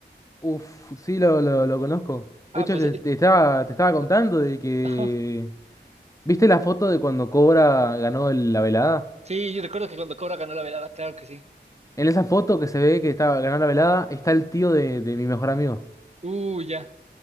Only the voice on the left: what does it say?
Uf, sí, lo, lo, lo conozco.
De hecho,
te,
te estaba, te estaba contando de que...
¿Viste la foto de cuando Cobra ganó el- la velada?
En esa foto que se ve que estaba ganó la velada está el tío de, de mi mejor amigo.